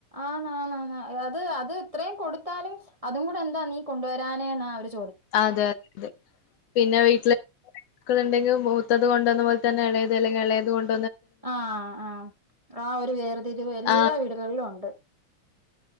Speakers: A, on the right (about 40°); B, on the left (about 65°).
A: ആണാണ് ആണ് അത് അത് ഇത്രയും കൊടുത്താലും. അതുംകൂടെ എന്താ നീ കൊണ്ടുവരാഞ്ഞ ഞ്ഞെ അവർ ചോദി-
B: അതെയതെ സത്യം പിന്നെ വീട്ടില്നിക്കു ഇത് മൂത്തത് കൊണ്ടുവന്ന പോലെതന്നെ ഇളയത് ഇളയത്കൊണ്ടുവന്ന
A: ആ ആ ആ ഒരു വേർതിരിവ് എല്ലാ
B: ആ
A: വീടുകളിലും ഉണ്ട്.